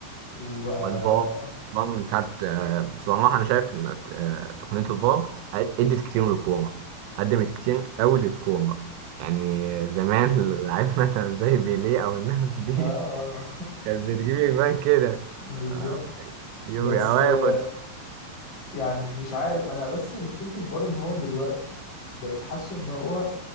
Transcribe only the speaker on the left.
وبقى
اه
<laughs> بالظبط
بس
آه،
يعني مش عارف انا بس مشكلة الفار ان هو دلوقتي بقيت حاسه ان هو